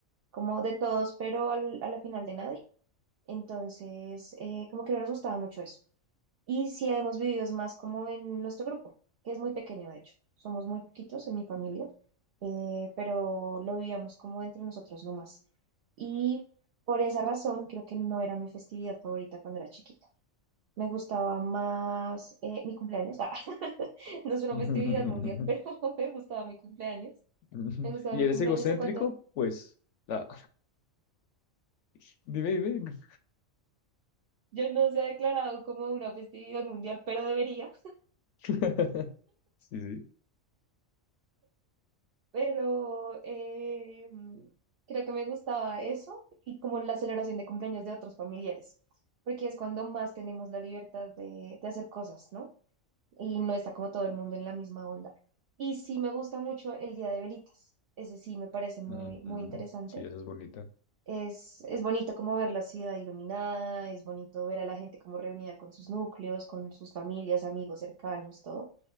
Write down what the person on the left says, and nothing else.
<laughs>
Ujú.
¿Y
eres
egocéntrico?
Pues, la... <laughs> dime, dime.
<laughs> Sí, sí.
Ujú.
Sí, esa es bonita.